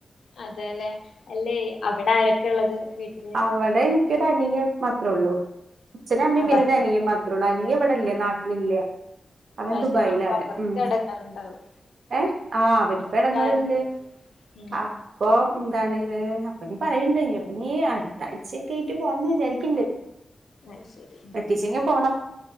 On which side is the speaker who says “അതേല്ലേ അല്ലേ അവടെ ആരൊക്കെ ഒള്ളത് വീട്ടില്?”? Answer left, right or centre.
Left